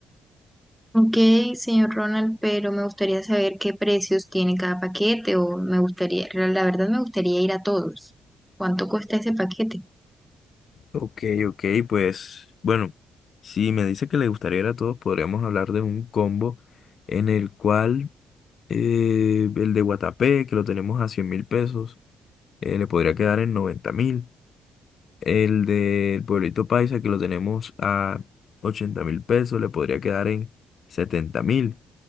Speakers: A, in the centre; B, on the left.
A: Ok, señor Ronald, pero me gustaría saber qué precios tiene cada paquete o me gustaría, la verdad me gustaría ir a todos. ¿Cuánto cuesta ese paquete?
B: Ok, ok, pues bueno, si me dice que le gustaría ir a todos, podríamos hablar de un combo en el cual eh, el de Guatapé, que lo tenemos a 100 mil pesos, eh, le podría quedar en 90 mil. El del pueblito paisa que lo tenemos a 80 mil pesos le podría quedar en 70 mil.